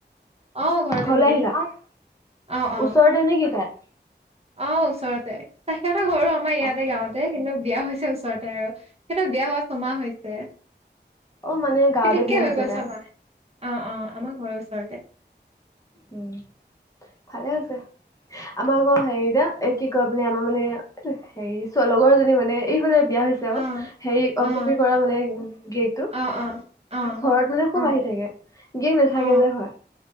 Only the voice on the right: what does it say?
অ ঘৰত
আহিলো।
অ অ
অ ওচৰতে ত সিহত ঘৰটো আমাৰ ইয়াতে
গাঁওতে কিন্তু বিয়া হৈছে ওচৰতে আৰু। বিয়া হোৱা ছমাহ হৈছে।
পিতিককে
হৈ গ'ল
চমাহ অ অ আমাৰ ঘৰৰ ওচৰতে
অ
অ
অ অ অ অ
অ